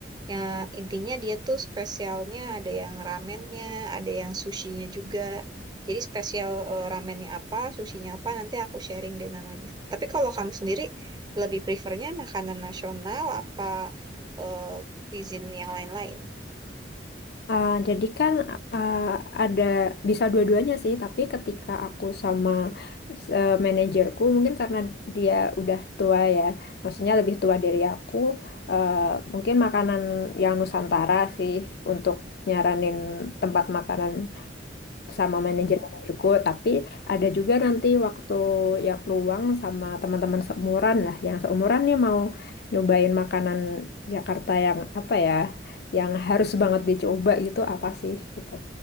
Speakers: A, on the right; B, on the left.
A: Ya, intinya dia tuh spesialnya ada yang ramennya, ada yang sushinya juga. Jadi spesial eh, ramennya apa, sushinya apa, nanti aku sharing deh namanya. Tapi kalau kamu sendiri lebih prefernya makanan nasional apa eh, cuisine yang lain-lain?
B: Ah, jadi kan ah, ada bisa dua-duanya sih, tapi ketika aku sama eh, manajerku mungkin karena dia udah tua ya, maksudnya lebih tua dari aku, eh, mungkin makanan yang Nusantara sih untuk nyaranin tempat makanan sama manajer-manajerku, tapi ada juga nanti waktu yang luang sama teman-teman seumuran lah, yang seumuran nih mau nyobain makanan Jakarta yang apa ya, yang harus banget dicoba gitu apa sih gitu.